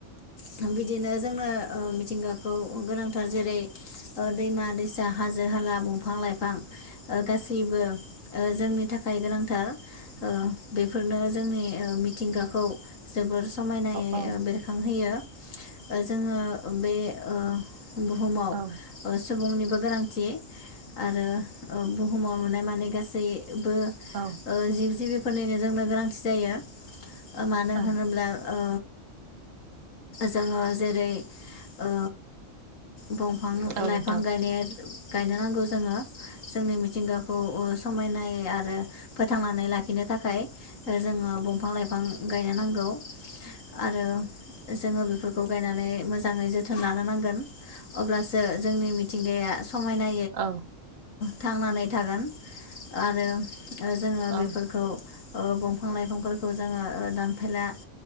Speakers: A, on the left; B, on the right.
A: थां बिदिनो जोंनो ओ मिथिंगा खौ गोनांथार जेरै ओ दैमा दैसा हाजो हाला दंफां लाइफां ओ गासैबो ओ जोंनि थाखाय गोनां हो औ बेफोरनो जोंनि ओ मिथिंगाखौ जोबोर समायनायै
B: औ औ
A: बेरखांहोयो। जोङो बे ओ बुहुमाव
B: औ
A: ओ सुबुंनिबो गोनांथि आरो बुहुमाव नुनाय माने गासै बो
B: औ
A: ओ जिब जिबि फोरनिनो जोंनो गोनांथि जायो। मानो
B: औ
A: होनोब्ला ओ जोङो जेरै ओ दंफां
B: औ नोंथां
A: लाइफां गायनाय गायनो नांगौ जोङो जोंनि मिथिंगाखौ समायनाय आरो फोथांनानै लाखिनो थाखाय जोङो दंफां लाइफां गायनो नांगौ आरो जोङो बेफोरखौ गायनानै मोजाङै जोथोन लानो नांगोन अब्लासो जोंनि मिथिंगाया समायना
B: औ
A: थांनानै थागोन आरो ओ जोङो बेफोरखौ
B: औ
A: औ दंफां लाइफांफोरखौ जोङो दानफायला